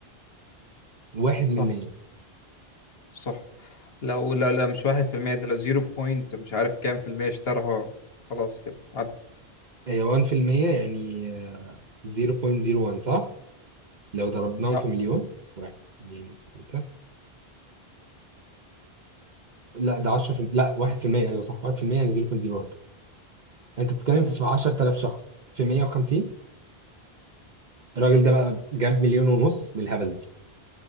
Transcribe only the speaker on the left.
صح
صح لو لا لا مش واحد في المية ده لو زيرو بوينت مش عارف كام في المية اشتراها خلاص كده عدى
لا
مم.